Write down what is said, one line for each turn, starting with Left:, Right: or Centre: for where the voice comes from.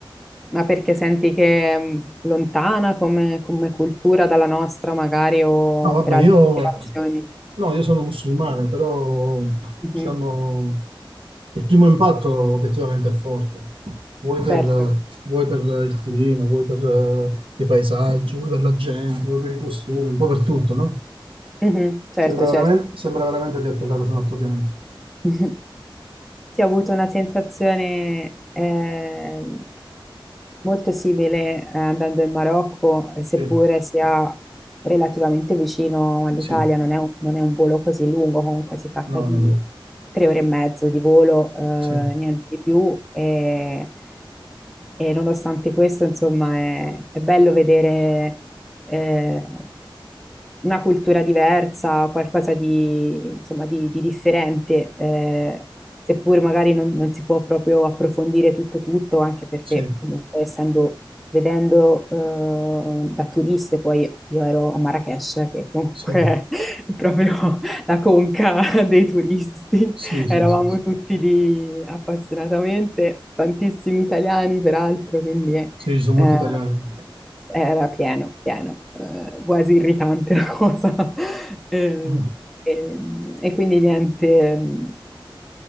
Centre: Ma perché senti che è mh, lontana come, come cultura dalla nostra, magari, o
Right: No, vabbè,
Centre: per altre
Right: io,
Centre: motivazioni?
Right: no, io sono musulmano, però
Centre: Mhm.
Right: diciamo il primo impatto obiettivamente è forte. Vuoi per,
Centre: Certo,
Right: vuoi per il clima, vuoi per eh, i paesaggi, vuoi per la gente, vuoi per i costumi, un po' per tutto, no?
Centre: Mhm. Certo,
Right: Sembra
Centre: certo.
Right: veramente, sembra veramente di atterrare su un altro pianeta.
Centre: <laughs> Sì, ho avuto una sensazione eh, molto simile eh, andando in Marocco, eh, seppure
Right: Sì,
Centre: sia relativamente vicino all'Italia,
Right: sì,
Centre: non è un, non è un volo così lungo, comunque si tratta
Right: no,
Centre: di
Right: no, no.
Centre: tre ore e mezzo di volo, eh,
Right: Sì,
Centre: niente di più. E, e nonostante questo, insomma, è, è bello vedere eh, una cultura diversa, qualcosa di, insomma, di, di differente, eh, seppur magari non, non si può proprio approfondire tutto tutto, anche perché
Right: sì,
Centre: comunque essendo, vedendo eh, da turiste, poi io ero a Marrakech, che comunque
Right: sì,
Centre: <laughs> è proprio la conca <laughs> dei turisti,
Right: sì, sì,
Centre: eravamo
Right: sì, sì.
Centre: tutti lì appassionatamente, tantissimi italiani peraltro, quindi... eh,
Right: Sì, ci sono
Centre: eh,
Right: molti italiani.
Centre: era pieno, pieno, eh, quasi irritante la cosa. <laughs> Eh,
Right: Mm.
Centre: E, e quindi niente,